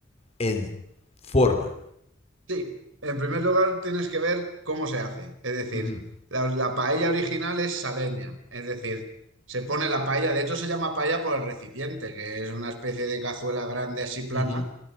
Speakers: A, on the left; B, on the right.
A: en forma?
B: Sí, en primer lugar tienes que ver cómo se hace. Es decir,
A: Ujú,
B: la, la paella original es saleña. Es decir, se pone la paella, de hecho se llama paella por el recipiente, que es una especie de cazuela grande así plana,
A: ujú,